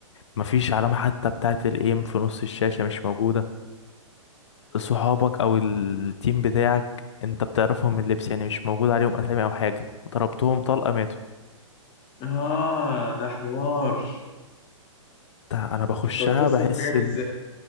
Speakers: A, on the left (about 60°); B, on the left (about 30°).
A: مفيش علامة حتى بتاعة الايم في نص الشاشة مش موجودة صحابك او التيم بتاعك انت بتعرفهم من اللبس يعني مش موجود عليهم اسامي او حاجة ضربتهم طلقة ماتوا
B: اه ده حوار
A: ده انا بخشها
B: انت بتوصل
A: بحس
B: الحاجات دي
A: ان
B: ازاي